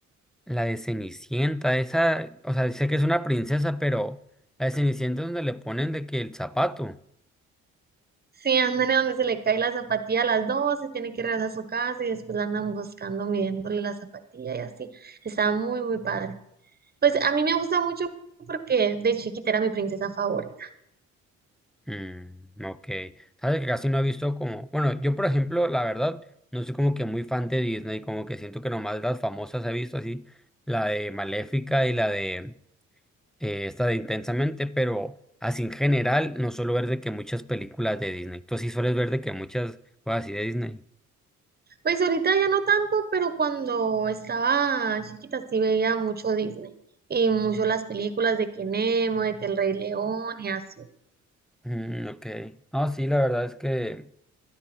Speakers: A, in the centre; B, on the right.
A: la de Cenicienta, esa, o sea, sé que es una princesa, pero la de Cenicienta es donde le ponen de que el zapato.
B: Sí, andan donde se le cae la zapatilla a las dos, se tiene que regresar a su casa y después la andan buscando, midiéndole la zapatilla y así. Está muy, muy padre. Pues a mí me gusta mucho porque de chiquita era mi princesa favorita.
A: Mm, ok. Sabes que casi no he visto como, bueno, yo por ejemplo, la verdad, no soy como que muy fan de Disney, como que siento que nomás las famosas he visto así, la de Maléfica y la de eh, esta de Intensamente, pero así en general no suelo ver de que muchas películas de Disney. Tú sí sueles ver de que muchas cosas así de Disney.
B: Pues ahorita ya no tanto, pero cuando estaba chiquita sí veía mucho Disney y mucho las películas de que Nemo, de que El Rey León y así.
A: Mm, ok. No, sí, la verdad es que